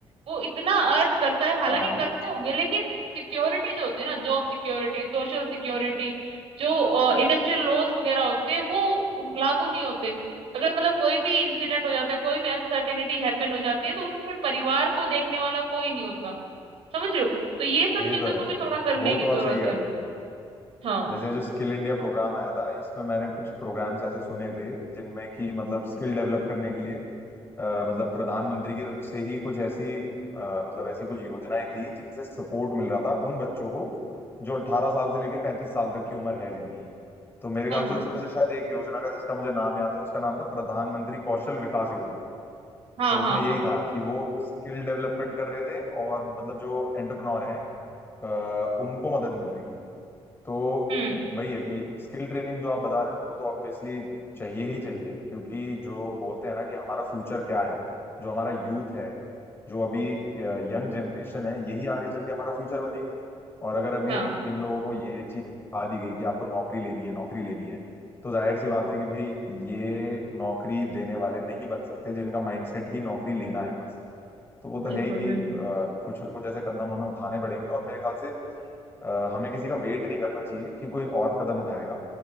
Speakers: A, on the right; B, on the left.
A: वो इतना अर्न करता है हालांकि
B: हाँ
A: करते होंगे लेकिन सिक्योरिटी जो होती है ना जॉब सिक्योरिटी सोशल सिक्योरिटी जो इंडस्ट्रियल लॉस वगैरह होते हैं वो लागू नहीं होते अगर मतलब कोई भी इंसिडेंट हो जाता है कोई भी अनसर्टेनिटी हैपन हो जाती है तो उनके परिवार को देखने वाला कोई नहीं होता समझ रहे हो तो ये सब
B: ये
A: चीजों
B: तो
A: को
B: है
A: भी थोड़ा करने
B: वो
A: की
B: तो
A: जरूरत
B: आप सही कह
A: है
B: रहे हो
A: हाँ
B: जैसे जो स्किल इंडिया प्रोग्राम आया था इसमें मैंने कुछ प्रोग्राम्स ऐसे सुने थे जिनमें कि मतलब स्किल डेवलप करने के लिए अ, मतलब प्रधानमंत्री की तरफ से ही कुछ ऐसी अ, मतलब ऐसी कुछ योजनाएं थी जिनसे सपोर्ट मिल रहा था उन बच्चों को जो 18 साल से लेकर 35 साल तक की उम्र है जिनकी तो मेरे ख्याल
A: हाँ
B: से
A: हाँ
B: उसमें से शायद एक योजना का जिसका मुझे नाम याद है उसका नाम था प्रधानमंत्री कौशल विकास योजना
A: हाँ
B: तो उसमें
A: हाँ
B: यही
A: हाँ
B: था कि वो स्किल डेवलपमेंट कर रहे थे और मतलब जो एंटरप्रेन्योर हैं अ, उनको मदद मिल रही थी तो
A: हम्म
B: वही है कि स्किल ट्रेनिंग जो आप बता रहे हो वो तो ऑब्वियसली चाहिए ही चाहिए क्योंकि जो बोलते हैं ना कि हमारा फ्यूचर क्या है जो हमारा यूथ है जो अभी यंग जनरेशन है यही आगे चल के हमारा फ्यूचर बनेगी और अगर अभी
A: हाँ
B: इन लोगों को ये चीज सिखा दी गई कि आपको नौकरी लेनी है नौकरी लेनी है तो जाहिर सी बात है कि भाई ये नौकरी देने वाले नहीं बन सकते जिनका माइंडसेट ही नौकरी लेना है बस तो वो तो
A: बिल्कुल
B: है ही कि
A: बिल्कुल
B: अ, कुछ ना कुछ ऐसे कदम हमें उठाने पड़ेंगे और मेरे ख्याल से अ, हमें किसी का वेट नहीं करना चाहिए कि कोई और कदम उठाएगा